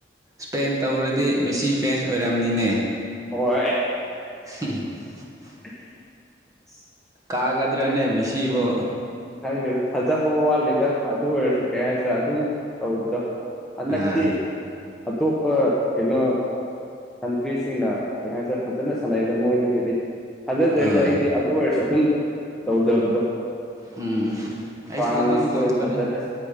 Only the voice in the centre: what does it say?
ꯍꯣꯏ
<unintelligible>
ꯈꯪꯗꯦꯗ
ꯈꯪꯗꯦꯗ ꯊꯥꯖꯕ ꯋꯥꯠꯂꯦꯗ ꯑꯗꯨ ꯑꯣꯏꯔꯁꯨ ꯀꯩ ꯍꯥꯏ ꯁꯤꯔꯥ ꯑꯗꯨꯝ ꯇꯧꯕꯗꯣ ꯍꯟꯗꯛꯇꯤ
ꯑꯇꯣꯞꯄ ꯀꯩꯅꯣ ꯀꯟꯇ꯭ꯔꯤꯁꯤꯡꯅ ꯀꯩꯍꯥꯏꯁꯦ ꯐꯖꯅ ꯁꯥꯟꯅꯩꯗ ꯃꯣꯏꯗꯒꯤꯗꯤ ꯊꯥꯖꯗ꯭ꯔꯦꯗ
ꯑꯩꯗꯤ ꯑꯗꯨꯑꯣꯏꯔꯁꯨ ꯑꯗꯨꯝ ꯇꯧꯖꯕꯗꯣ
ꯐ꯭ꯔꯥꯟꯁ
ꯍꯣꯏ ꯐꯖꯅ